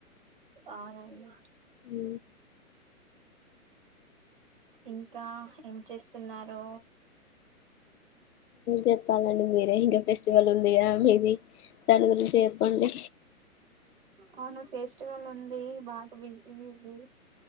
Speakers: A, on the right (about 35°); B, on the left (about 75°).
A: అవునంమా
B: హు
A: ఇంకా ఏం చేస్తున్నారు
B: చెప్పాలండి మీరే ఇంకా ఫెస్టివల్ ఉందిగా మీది దాని గురించి చెప్పండి
A: అవును ఫెస్టివల్ ఉంది బాగా బిజీ బిజీ